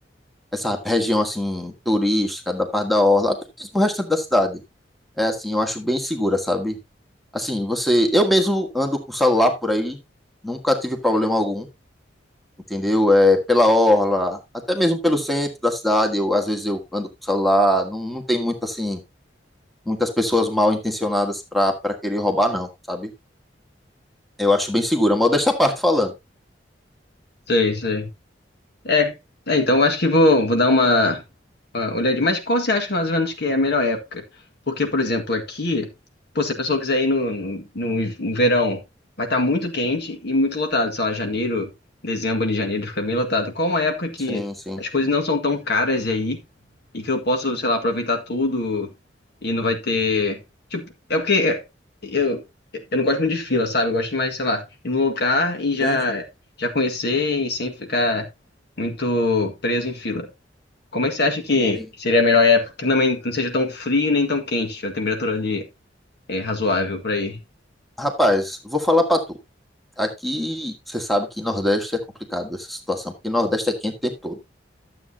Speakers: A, in the centre; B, on the left.
A: essa região assim turística da parte da orla, até mesmo o restante da cidade. É assim, eu acho bem segura, sabe? Assim, você, eu mesmo ando com o celular por aí, nunca tive problema algum. entendeu? É, pela orla, até mesmo pelo centro da cidade, eu, às vezes eu ando com o celular, não, não tem muito assim, muitas pessoas mal intencionadas para para querer roubar, não, sabe? Eu acho bem segura, mas desta parte falando.
B: Sei, sei. É, é, então eu acho que vou, vou dar uma, uma olhadinha. Mas qual você acha mais ou menos que é a melhor época? Porque, por exemplo, aqui, pô, se a pessoa quiser ir no, no, no no verão, vai estar muito quente e muito lotado. Sei lá, janeiro, dezembro e janeiro fica bem lotado. Qual é uma época que
A: Sim, sim.
B: as coisas não são tão caras aí e que eu posso, sei lá, aproveitar tudo e não vai ter. Tipo, é porque é, eu, eu não gosto muito de fila, sabe? Eu gosto mais, sei lá, ir num lugar e já,
A: Sim, sim,
B: já conhecer e sem ficar muito preso em fila. Como é que você acha que
A: sim.
B: seria a melhor época que também não seja tão frio nem tão quente, a temperatura ali é razoável pra ir?
A: Rapaz, vou falar pra tu. Aqui, você sabe que Nordeste é complicado essa situação, porque Nordeste é quente o tempo todo.